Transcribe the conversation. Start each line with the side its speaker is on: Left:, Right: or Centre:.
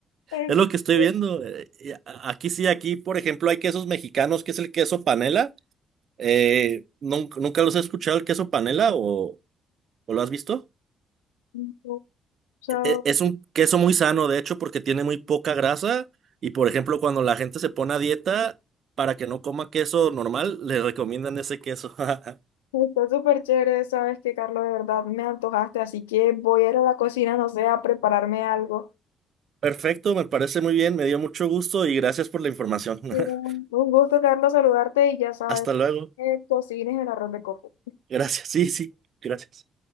Left: <laughs>
Right: Es lo que estoy viendo. eh, y a- Aquí sí, aquí, por ejemplo, hay quesos mexicanos, que es el queso panela. Eh, nun- ¿nunca, los he escuchado el queso panela o, o lo has visto?
Left: Entonces, o sea,
Right: E- e, Es un queso muy sano, de hecho, porque tiene muy poca grasa. Y, por ejemplo, cuando la gente se pone a dieta para que no coma queso normal, le recomiendan ese queso. <laughs>
Left: está súper chévere, sabes que, Carlos, de verdad me antojaste, así que voy a ir a la cocina, no sé, a prepararme algo.
Right: Perfecto, me parece muy bien, me dio mucho gusto y gracias por la información. <laughs>
Left: Pero un gusto, Carlos, saludarte y ya sabes,
Right: Hasta luego.
Left: eh, cocines el arroz de coco.
Right: Gracias, sí, sí, gracias.